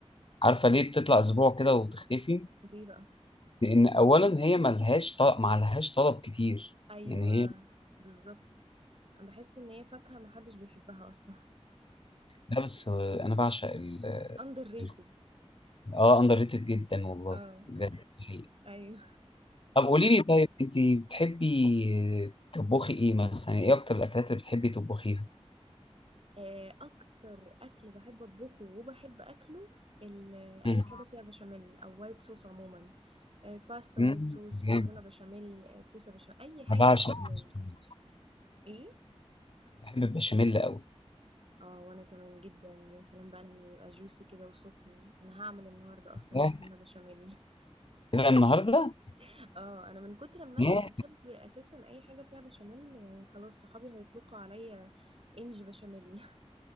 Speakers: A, on the left; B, on the right.
A: عارفه ليه بتطلع اسبوع كده وتختفي
B: ليه بقى
A: لان اولا هي ملهاش طلب معلهاش طلب كتير
B: أيوة
A: يعني هي
B: بالظبط أنا بحس إن هي فاكهة ما حدش بيحبها أصلا
A: لا بس انا بعشق ال
B: <laughs> underrated
A: ال- اه اندر ريتد جدا والله
B: اه
A: بجد ده حقيقي
B: أيوة
A: طب قولي لي طيب انت بتحبي تطبخي ايه مثلا يعني ايه اكتر الاكلات اللي بتحبي تطبخيها
B: آه، أكتر أكل بحب أطبخه وبحب أكله ال-
A: مم.
B: أي حاجة فيها بشاميل أو وايت صوص عموما آه، باستا
A: مم.
B: وايت صوص
A: جامد
B: مكرونة بشاميل آه، كوسة بشاميل أي حاجة
A: انا بعشق
B: بالبشاميل
A: البشاميل.
B: ايه
A: بحب البشاميل قوي
B: اه وأنا كمان جدا يا سلام بقى لما يبقى جوسي كده وسخن أنا هعمل النهاردة أصلا
A: ياه
B: مكرونة بشاميل
A: إيه ده النهارده
B: <laughs> اه أنا من كتر ما أنا
A: ياه
B: بحب أساسا أي حاجة فيها بشاميل آه، خلاص صحابي هيطلقوا عليا إنج بشاميل